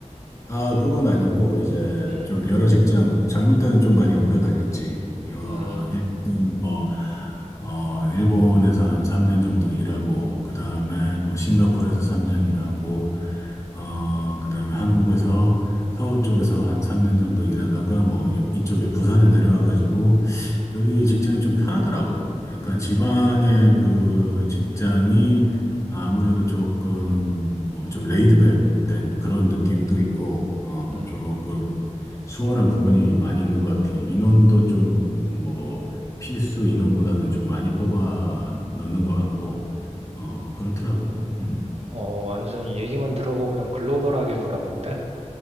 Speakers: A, on the left; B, on the right.
A: 아, 그건 아니고, 이제
B: 응.
A: 좀 여러 직장, 젊을 때는 좀 많이 옮겨 다녔지. 어,
B: 음.
A: 일단 뭐, 어, 일본에서 한 3년 정도 일하고, 그 다음에 뭐, 싱가포르에서 3년 일하고, 어, 그 다음에 한국에서 서울 쪽에서 한 3년 정도 일하다가 뭐, 이- 이쪽에 부산에 내려와가지고, 여기 직장이 좀 편하더라고. 약간 지방의 그 직장이 아무래도 조금, 뭐, 좀 레이드백, 된 그런 느낌도 있고, 어,
B: 음.
A: 조금 수월한 부분이 많이 있는 것 같아요. 인원도 좀, 뭐, 필수 인원보다는 좀 많이 뽑아 넣는 것 같고, 어, 그렇더라고. 음.
B: 어, 완전히 얘기만 들어보면 글로벌하게 놀았는데?